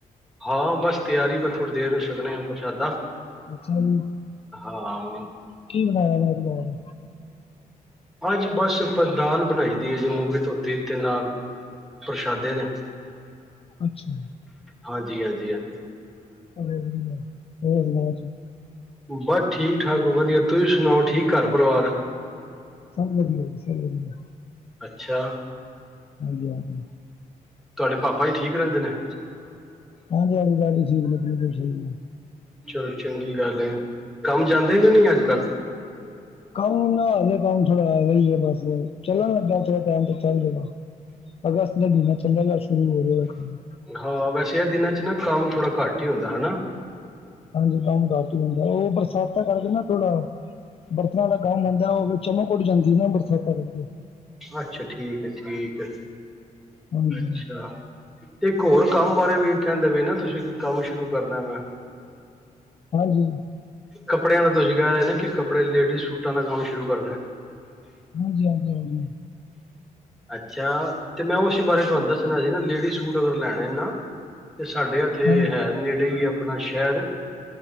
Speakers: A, in the centre; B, on the left.
A: ਹਾਂ, ਬਸ ਤਿਆਰੀ ਬ ਥੋੜ੍ਹੀ ਦੇਰ ਵਿੱਚ ਛਕਦੇ ਆ ਪ੍ਰਸ਼ਾਦਾ।
B: ਅੱਛਾ ਜੀ,
A: ਹਾਂ
B: ਕੀ ਬਣਾਇਆ <unintelligible> ਨਾਲ।
A: ਅੱਜ ਬਸ ਆਪਾਂ ਦਾਲ ਬਣਾਈ ਦੀ ਐ ਜੀ ਮੂੰਗੀ ਧੋਤੀ ਤੇ ਨਾਲ। ਪ੍ਰਸ਼ਾਦੇ ਨੇ।
B: ਅੱਛਾ।
A: ਹਾਂਜੀ ਹਾਂਜੀ ਹਾਂਜੀ।
B: ਚੱਲੋ ਵਧੀਆ। ਹੋਰ ਸੁਣਾਓ ਜੀ?
A: ਬਸ ਠੀਕ ਠਾਕ ਵਧੀਆ ਤੁਸੀਂ ਸੁਣਾਓ ਠੀਕ ਘਰ ਪਰਿਵਾਰ?
B: ਸਭ ਵਧੀਆ ਜੀ ਸਭ ਵਧੀਆ।
A: ਅੱਛਾ।
B: ਹਾਂਜੀ ਹਾਂਜੀ।
A: ਤੁਆਡੇ ਪਾਪਾ ਜੀ ਠੀਕ ਰੈਂਦੇ ਨੇ?
B: ਹਾਂਜੀ-ਹਾਂਜੀ ਪਾਪਾ ਜੀ <unintelligible>
A: ਚਲ ਚੰਗੀ ਗੱਲ ਏ। ਕੰਮ ਜਾਂਦੇ ਕੇ ਨਈ ਆੱਜ-ਕਾੱਲ?
B: ਕੰਮ ਨਾ ਹੋ ਗਯਾ ਕੰਮ ਥੋੜਾ ਹੈਗਾ ਈ ਏ ਬਸ, ਚੱਲਣ ਲੱਗਾ ਏ ਥੋੜਾ ਟਾਈਮ ਤਕ ਚੱਲ ਜੇਗਾ। ਅਗਸਤ ਦੇ ਮਿੰਨ੍ਹੇ ਚੱਲੇਗਾ, ਸ਼ੁਰੂ ਹੋਵੇਗਾ ਕੰਮ।
A: ਏ ਹਾਂ ਵੈਸੇ ਐ ਦਿਨਾਂ 'ਚ ਨਾ ਕੰਮ ਥੋੜਾ ਘੱਟ ਈ ਹੁੰਦੈ, ਹੈਨਾ।
B: ਹਾਂਜੀ ਕੰਮ ਕਰਕੇ ਹੁੰਦਾ। ਓ ਬਰਸਾਤਾਂ ਕਰਕੇ ਨਾ ਥੋੜਾ ਬਰਤਨਾਂ ਦਾ ਕੰਮ ਆਂਦੈ, ਓ ਵੀ ਚਮਕ ਉੜ ਜਾਂਦੀ ਏ ਨਾ ਬਰਸਾਤਾਂ ਕਰਕੇ।
A: ਅੱਛਾ, ਠੀਕ ਐ-ਠੀਕ ਐ।
B: ਹਾਂਜੀ
A: ਅੱਛਾ। ਤੇ ਏੱਕ ਹੋਰ ਕੰਮ ਬਾਰੇ ਵੀ ਕੈਂਦੇ ਵੇ ਨਾ ਤੁਸੀ ਕਿ ਕੰਮ ਸ਼ੁਰੂ ਕਰਨੈ ਮੈਂ।
B: ਹਾਂਜੀ।
A: ਕੱਪੜਿਆਂ ਦਾ ਤੁਸੀ ਕੈ ਰੇ ਨੇ ਕਿ ਕੱਪੜੇ ਲੇਡੀਜ਼ ਸੂਟਾਂ ਦਾ ਕੰਮ ਸ਼ੁਰੂ ਕਰਨੈ।
B: ਹਾਂਜੀ-ਹਾਂਜੀ-ਹਾਂਜੀ।
A: ਅੱਛਾ! ਤੇ ਮੈਂ ਉਸੀ ਬਾਰੇ ਤੁਆਨੂੰ ਦਸਨਾ ਸੀ ਨਾ ਲੇਡੀਜ਼ ਸੂਟ ਅਗਰ ਲੈਣੇ ਨਾ ਤੇ ਸਾਡੇ ਅੱ ਥੇ
B: ਹਾਂਜੀ
A: ਹੈ ਨੇੜੇ ਈ ਐ ਆਪਣਾ ਸ਼ੈਰ